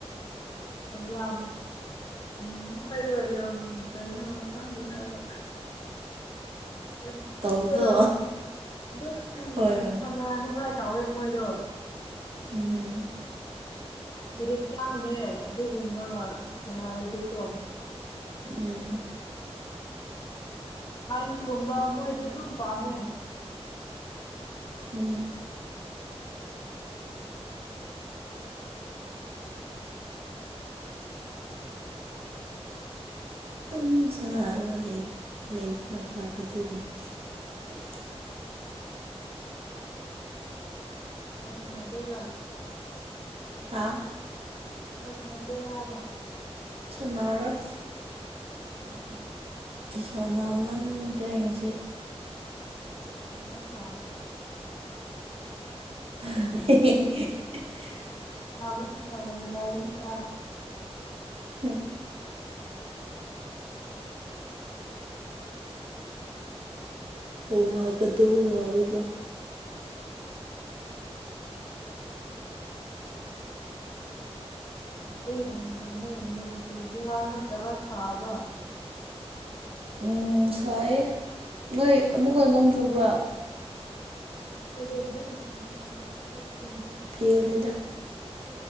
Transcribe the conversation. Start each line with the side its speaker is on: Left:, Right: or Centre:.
Left: ꯌꯥꯝ ꯎꯝ ꯃꯣꯏꯗꯣ ꯌꯥꯝ ꯀꯩꯅꯣ ꯈꯥꯡꯃꯦ ꯍꯥꯏꯕ ꯌꯥꯝꯕꯗꯣ
Right: ꯇꯧꯕꯗꯣ
Left: ꯑꯗꯨꯝ
Right: ꯍꯣꯏ ꯍꯣꯏ
Left: ꯐꯅꯅꯤꯡꯉꯥꯏ ꯇꯧꯋꯦ ꯃꯣꯏꯗꯣ
Right: ꯎꯝ
Left: ꯔꯤꯛ ꯆꯥꯡꯅꯦ ꯑꯗꯨꯒꯨꯝꯕ ꯁꯅꯥꯔꯗꯤꯀꯣ
Right: ꯎꯝ
Left: ꯥꯏ ꯀꯝꯕ ꯑꯃ ꯍꯥꯏꯗꯤ ꯑꯗꯨ ꯄꯥꯃꯦ
Right: ꯎꯝ ꯑꯗꯨꯝ ꯁꯥꯟꯅꯔꯒ ꯂꯩꯕꯅ ꯐꯔꯦ ꯑꯗꯨꯗꯤ ꯎ <inaudible>
Left: ꯎꯅꯣ ꯗꯔꯣ
Right: ꯍꯥ
Left: ꯐꯅꯗ ꯌꯥꯕꯣ
Right: ꯁꯨꯅꯔꯣꯏ
Left: ꯎꯝ
Right: ꯁꯥꯟꯅꯃꯟ ꯀꯔꯤꯉꯁꯤ
Left: ꯑꯅꯥ
Right: <inaudible>
Left: ꯕꯨꯗꯨꯒꯅꯨꯡꯒꯥꯏꯅꯤꯒ
Right: ꯎꯝ <inaudible> ꯑꯣ ꯍꯥꯕꯗꯣ ꯋꯥꯋ <inaudible>
Left: ꯀꯥꯏꯩꯅꯣ ꯆꯒꯥꯅꯠꯇꯕ ꯐꯥꯕ
Right: ꯎꯝ ꯁꯥꯏꯌꯦ ꯅꯣꯏ ꯑꯃꯨꯛꯀ ꯅꯣꯡ ꯆꯨꯕ꯭ꯔꯥ
Left: <inaudible>
Right: ꯄꯂꯗ